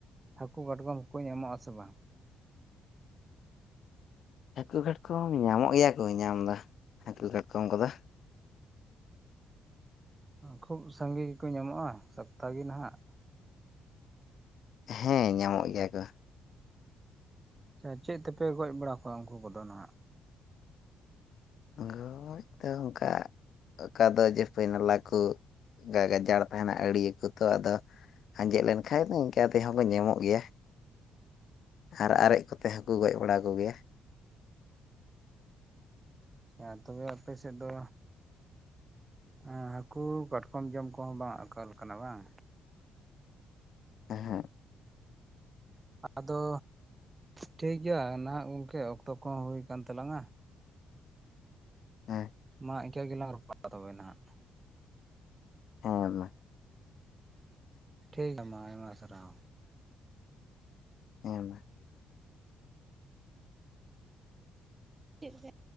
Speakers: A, on the right; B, on the left.
A: ᱦᱟᱹᱠᱩ ᱠᱟᱴᱠᱚᱢ ᱠᱚ ᱧᱟᱢᱚᱜ ᱟᱥᱮ ᱵᱟᱝ
B: ᱦᱟᱹᱠᱩ ᱠᱟᱴᱠᱚᱢ ᱧᱟᱢᱚᱜ ᱜᱮᱭᱟ ᱠᱚ ᱧᱟᱢ ᱫᱚ ᱦᱟᱹᱠᱩ ᱠᱟᱴᱠᱚᱢ ᱠᱚᱫᱚ
A: ᱠᱷᱩᱵ ᱥᱟᱸᱜᱮ ᱜᱮᱠᱚ ᱧᱟᱢᱚᱜᱼᱟ ᱥᱚᱯᱛᱟ ᱜᱮ ᱱᱟᱦᱟᱜ
B: ᱦᱮ ᱧᱟᱢᱚᱜ ᱜᱮᱭᱟ ᱠᱚ
A: ᱥᱮ ᱪᱮᱫ ᱛᱮᱯᱮ ᱜᱚᱡ ᱵᱟᱲᱟ ᱠᱚᱣᱟ ᱩᱱᱠᱩ ᱠᱚᱫᱚ ᱱᱟᱦᱟᱜ
B: ᱜᱚᱡ ᱫᱚ ᱚᱱᱠᱟ ᱚᱠᱟ ᱫᱚ ᱡᱮ ᱯᱟᱹᱭᱱᱟᱞᱟ ᱠᱚ ᱚᱝᱠᱟ ᱜᱟᱡᱟᱲ ᱛᱟᱦᱮᱱᱟ ᱟᱹᱬᱤᱭᱟᱹ ᱠᱚ ᱛᱚ ᱟᱫᱚ ᱟᱸᱡᱮᱫ ᱞᱮᱱᱠᱷᱟᱡ ᱫᱚ ᱤᱱᱠᱟᱹ ᱛᱮᱦᱚᱸ ᱠᱚ ᱧᱟᱢᱚᱜ ᱜᱮᱭᱟ ᱟᱨ ᱟᱨᱮᱡ ᱠᱚᱛᱮ ᱦᱚᱹᱠᱚ ᱜᱚᱡ ᱵᱟᱲᱟ ᱠᱚᱜᱮᱭᱟ
A: ᱟᱨ ᱛᱚᱵᱮ ᱟᱯᱮ ᱥᱮᱫ ᱫᱚ ᱦᱮᱸ ᱦᱟᱹᱠᱩ ᱠᱟᱴᱠᱚᱢ ᱡᱚᱢ ᱠᱚᱦᱚᱸ ᱵᱟᱝ ᱟᱠᱟᱞ ᱟᱠᱟᱱᱟ ᱵᱟᱝ
B: ᱮᱸᱦᱮᱸᱜ
A: ᱟᱫᱚ ᱴᱷᱤᱠᱜᱭᱟ ᱱᱟᱦᱟᱜ ᱜᱚᱢᱠᱮ ᱚᱠᱛᱚ ᱠᱚᱦᱚᱸ ᱦᱩᱭᱠᱟᱱ ᱛᱟᱞᱟᱝᱟ
B: ᱦᱮᱸ
A: ᱢᱟ ᱤᱱᱠᱟᱹ ᱜᱮᱞᱟᱝ ᱨᱟᱯᱚᱲᱟ <unintelligible> ᱛᱚᱵᱮ ᱱᱟᱦᱟᱜ
B: ᱦᱮᱸ ᱢᱟ
A: ᱴᱷᱤᱠ ᱜᱮᱭᱟ ᱢᱟ ᱟᱭᱢᱟ ᱥᱟᱨᱦᱟᱣ
B: ᱦᱮᱸ ᱢᱟ
A: ᱪᱤᱫ ᱞᱮᱠᱟ